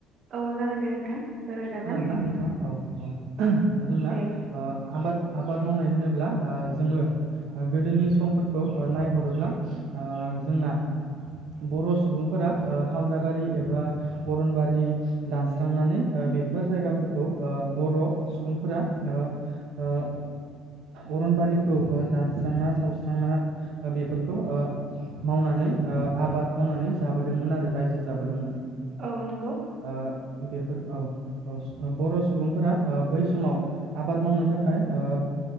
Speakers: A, on the right; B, on the right.
A: औ जागोन दे नोंथां रायलायजागोन।
B: खोनादों ना नोंथाङा? औ औ दा जोंना
A: दे।
B: ओ आबाद आबाद मावनाय होनोब्ला ओ जोङो गोदोनि समफोरखौ ओ नायहरोब्ला ओ जोंना बर' सुबुंफोरा ओ हाग्राबारि एबा अरनबारि दानस्रांनानै ओ बेफोर जायगाफोरखौ ओ बर' सुबुंफोरा ओ ओ अरनबारिखौ दानस्रांना सावस्रांना बेफोरखौ ओ मावनानै ओ आबाद मावनानै जाबोदोंमोन आरो रायजो जाबोदोंमोन।
A: औ नंगौ
B: ओ बेफोर औ औ बर' सुबुंफोरा ओ बै समाव आबाद मावनो थाखाय ओ